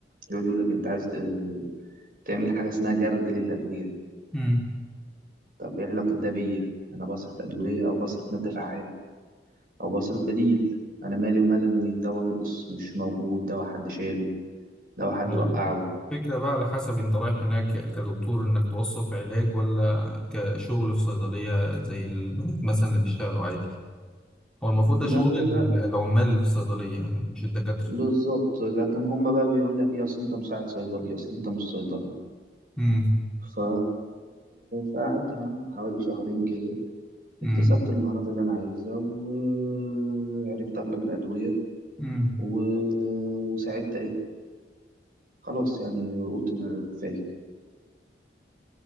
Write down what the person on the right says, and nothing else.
يقعد يقول لك انت عايز آه، تعمل حاجة اسمها جرد للأدوية
طب ايه علاقة ده بيا انا بصرف أدوية او بصرف مادة فعالة او بصرف بديل انا مالي ومال ان دواء نقص مش موجود دواء حد شاله دواء حد
وقعه
ما
هو ده
بالظبط لكن هما بقى بيقول لك ايه اصل انت مساعد صيدلي اصل انت مش صيدلي
ف... فقعدت معاهم حوالي شهرين كده
اكتسبت المهارات اللي انا عايزها وعرفت اغلب الادويه
و... وساعدت ايه خلاص يعني قلت كفايه